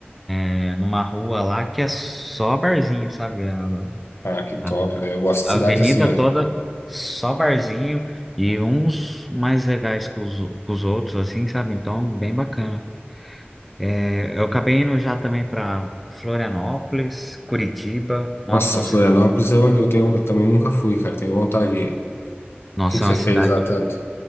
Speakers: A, in the centre; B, on the left.
A: é, numa rua lá que é só barzinho, sabe? A,
B: Ah, que top,
A: a-
B: velho. Eu gosto de
A: a
B: cidade
A: avenida
B: assim, né?
A: toda só barzinho e uns mais legais que os, que os outros, assim, sabe? Então, bem bacana. É, eu acabei indo já também para Florianópolis, Curitiba. Nossa,
B: Nossa,
A: é uma
B: Florianópolis eu, eu tenho, eu também nunca fui, cara. Tenho vontade de ir. O
A: nossa,
B: que que você
A: é uma
B: fez
A: cidade,
B: lá tanto?